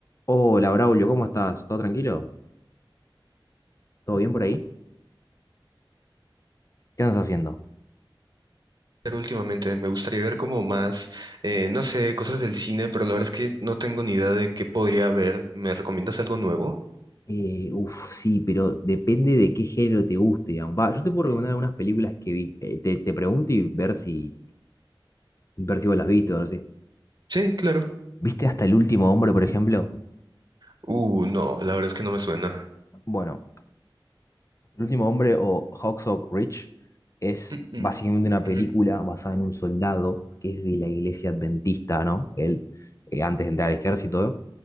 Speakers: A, on the left; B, on the right.
A: Hola, Braulio, ¿cómo estás? ¿Todo tranquilo? ¿Todo bien por ahí? ¿Qué andas haciendo?
B: ver últimamente? Me gustaría ver como más, eh, no sé, cosas del cine, pero la verdad es que no tengo ni idea de qué podría ver. ¿Me recomiendas algo nuevo?
A: Eh, uf, sí, pero depende de qué género te guste, digamos. Va, yo te puedo recomendar
B: Mm,
A: algunas películas que vi. Eh, te, te pregunto y ver si, ver si vos las viste o algo así.
B: Sí, claro.
A: ¿Viste hasta el último hombre, por ejemplo?
B: Uh, no, la verdad es que no me suena.
A: Bueno. El último hombre o Hacksaw Ridge es
B: Mm, mm,
A: básicamente una película
B: ujú,
A: basada en un soldado que es de la iglesia adventista, ¿no? Él, eh, antes de entrar al ejército.